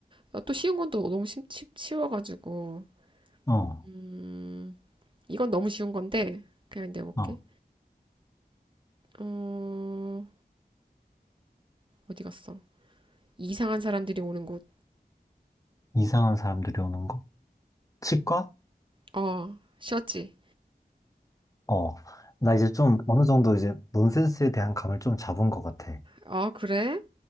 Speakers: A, on the right (about 30°); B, on the left (about 20°).
A: 아, 또 쉬운 건 또 너무 쉽, 쉽, 쉬워가지고,
B: 어.
A: 음, 이건 너무 쉬운 건데, 그냥 내볼게.
B: 어.
A: 어, 어디 갔어? 이상한 사람들이 오는 곳.
B: 이상한 사람들이 오는 거? 치과?
A: 어, 쉬었지?
B: 어. 나 이제 좀 어느 정도 이제 논센스에 대한 감을 좀 잡은 것 같아.
A: 아, 그래?